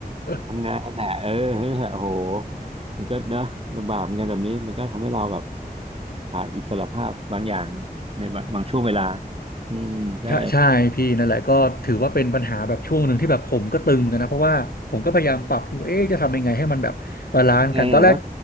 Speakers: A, on the right (about 35°); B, on the left (about 70°).
A: ทำงานน่ะเออนั่นโอ้โห
B: <laughs>
A: มันก็เนอะลำบากเหมือนกันแบบนี้มันก็ทำให้เราแบบขาดอิสระภาพบางอย่างในบางบางช่วงเวลาอืมใช่
B: ถ้าใช่พี่นั่นแหละก็ถือว่าเป็นปัญหาแบบช่วงหนึ่งที่แบบผมก็ตึงเหมือนกันนะเพราะว่าผมก็พยายามปรับอยู่เอ๊ะจะทำยังไงให้มันแบบบาลานซ์กันตอนแรก
A: แล้วทำไงอ่ะแล้ว